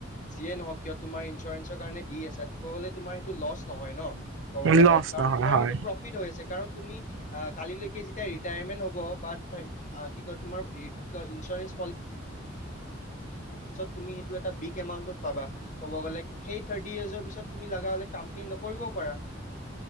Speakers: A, on the left (about 40°); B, on the right (about 70°).
A: যিয়ে নহওক কিয় তোমাৰ ইঞ্চুৰেঞ্চৰ কাৰণে দি আছা ক'লে তোমাৰ সেইটো লছ নহয় ন ক'ব গ'লে
B: লছ
A: কাৰণ
B: নহয়
A: তোমাৰ
B: হয়
A: সেইটো প্ৰফিট হৈ আছে কাৰণ তুমি কালিলৈকে যেতিয়া ৰিটায়াৰমেন্ট হ'ব বা কি কয় তোমাৰ কি কয় ইঞ্চৰেঞ্চ তুমি সেইটো এটা বিগ এমাউন্টত পাবা ক'ব গ'লে সেই তুমি লগা হ'লে কামখিনি নকৰিব পাৰা